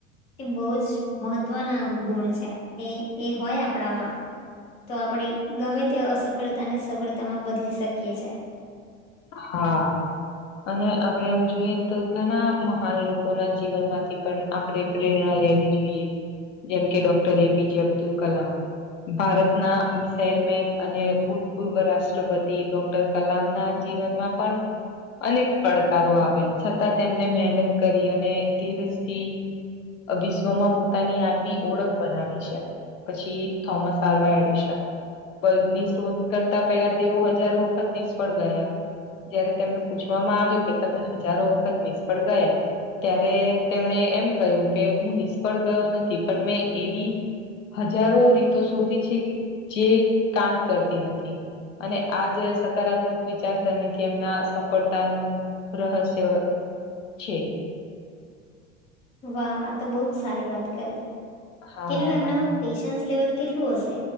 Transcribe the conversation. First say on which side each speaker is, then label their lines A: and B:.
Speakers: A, on the left; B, on the left.
A: એ બહુ જ મહત્વના ગુણ છે એ એ હોય આપણામાં તો આપણે ગમે તે અસફળતા ને સફળતામાં બદલી શકીએ છે.
B: હા. અને આપડે આમ જોઈએ તો ઘણા મહાન લોકોના જીવનમાંથી પણ આપડે પ્રેરણા લેવી જોઈએ, જેમ કે ડોક્ટર એપીજે અબ્દુલકલામ, ભારતના સેલમેન અને ભૂતપૂર્વ રાષ્ટ્રપતિ ડોક્ટર કલામના જીવનમાં પણ અનેક પડકારો આવ્યા છતાં તેમને મહેનત કરી ધીરજથી, આ વિશ્વમાં પોતાની આગવી ઓળખ બનાવી છે. પછી થોમસ આલ્વાએડિશન, બલ્બની શોધ કરતા પેલા તેઓ હજારો વખત નિષ્ફળ ગયા. ત્યારે તેમને પૂછવામાં આવ્યું કે તમે હજારો વખત નિષ્ફળ ગયા, ત્યારે તેમણે એમ કહ્યું કે હું નિષ્ફળ ગયો નથી. પણ મેં એવી, હજારો રિતો શોધી છે જે કામ કરતી નથી. અને આ જે સકારાત્મક વિચાર, અને તેમના સફળતાનું રહસ્ય છે.
A: વાહ, આ તો બહુ જ સારી વાત કરી.
B: હા
A: કેટલું એમનામાં પેશન્સ લેવલ કેટલું હશે